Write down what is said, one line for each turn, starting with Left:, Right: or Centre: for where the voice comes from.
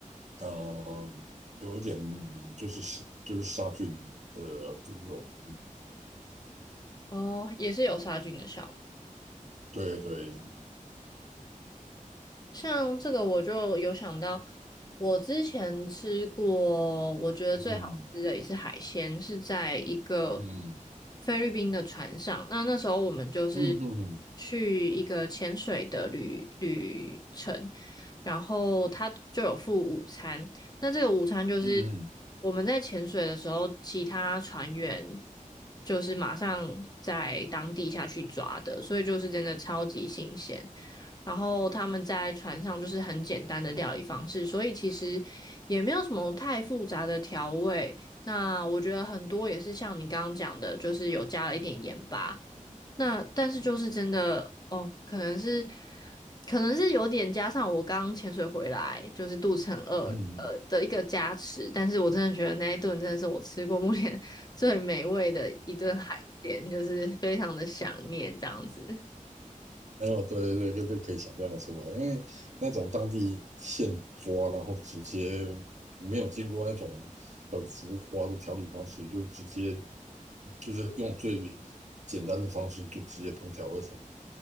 Right: 呃，有一点嗯就是杀就是杀菌的作用，嗯，
Left: 哦，也是有杀菌的效果。
Right: 对对，
Left: 像这个我就有想到，我之前吃过，我觉得最好吃的一次海鲜是在一个
Right: 嗯嗯
Left: 菲律宾的船上。那那时候我们就是
Right: 嗯嗯嗯
Left: 去一个潜水的旅旅程，然后他就有附午餐。那这个午餐就是
Right: 嗯
Left: 我们在潜水的时候，其他船员就是马上在当地下去抓的，所以就是真的超级新鲜。然后他们在船上就是很简单的料理方式，所以其实也没有什么太复杂的调味。那我觉得很多也是像你刚刚讲的，就是有加了一点盐巴。那但是就是真的哦，可能是可能是有点加上我刚潜水回来，就是肚子很饿呃的一个加持。
Right: 嗯嗯，
Left: 但是我真的觉得那一顿真的是我吃过目前 <laughs> 最美味的一顿海鲜，就是非常的想念这样子。
Right: <laughs> 没有对对，就是可以想象的出来，因为那种当地现抓，然后直接没有经过那种很浮夸的调理方式，就直接就是用最简单的方式就直接烹调而成。